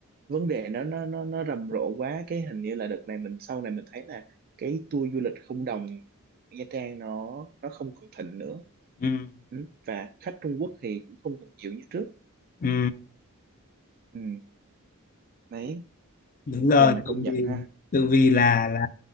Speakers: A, on the right; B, on the left.
A: vấn đề nó nó nó nó rầm rộ quá cái hình như là đợt này mình sau này mình thấy là cái tour du lịch không đồng Nha Trang nó nó không còn thịnh nữa
B: <laughs> ừ,
A: ừ. và khách Trung Quốc thì cũng không còn nhiều như trước
B: ừ.
A: ừ. đấy
B: đúng rồi
A: thì mà
B: tự
A: công nhận
B: vì,
A: ha
B: tự vì là là